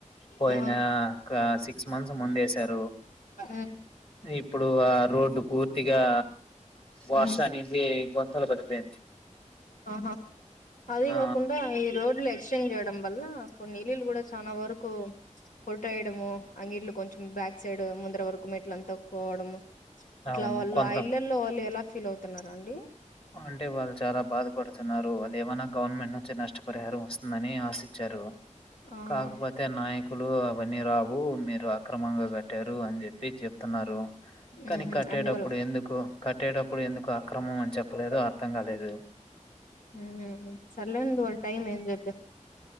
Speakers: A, on the left; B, on the left.
A: పోయినా
B: ఆ
A: ఒక సిక్స్ మంత్స్ ముందెసారు
B: ఉమ్
A: ఇ ఇప్పుడు ఆ రోడ్డు పూర్తిగా వర్షానికి
B: ఉమ్
A: గుంతలు పడిపోయింది
B: ఆహా అది
A: ఆ
B: గాకుండా ఈ రోడ్లు ఎక్చేంజేడం వల్ల కొన్ని ఇల్లులు గూడా చానా వరకు కొట్టేయడము అంగిట్లు కొంచెం బ్యాక్ సైడ్ ముందర వరకు మెట్లంతా క్కోవడము ఇట్లా
A: అవును
B: వాళ్ళ
A: కొంత
B: ఆ ఇళ్లల్లో వాళ్ళు ఎలా ఫీల్ అవుతున్నారండి
A: అంటే వాళ్ళు చాలా బాధపడుతున్నారు లేవన్నా గవర్నమెంట్ నుంచి నష్టపరిహారం ఓస్తుందని ఆసిచారు
B: ఆ
A: కాకపోతే నాయకులు అవన్నీ రావు మీరు అక్రమంగా కట్టారు అని జేప్ పి చెప్తున్నారు కానీ
B: ఉహు
A: కట్టేటప్పుడు
B: అందువల్ల
A: ఎందుకు కట్టేటప్పుడు ఎందుకు అక్రమం అని చెప్ ప్పలేదో అర్థం కాలేదు
B: ఉహు సర్లేండి వాళ్ళ టైం ఏం చేద్దాం